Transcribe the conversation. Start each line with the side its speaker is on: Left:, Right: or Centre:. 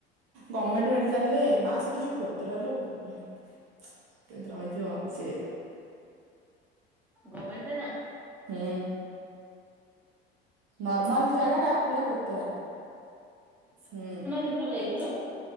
Right: ଗମେଣ୍ଟ ମେଡିକାଲ ରେ ମା ସେଠି ଯୋଉ କୋତରା ଲୁ ଉଁ କେମତି ରହି ଥିବ ସେ।
Centre: ଗମେଣ୍ଟରେ ନା।
Right: ହୁଁ। ନର୍ମାଲ ଜାଗା ଟା ପୁରା କୋତରା ହୁଁ।
Centre: <unintelligible> ଯାଇଥିଲ।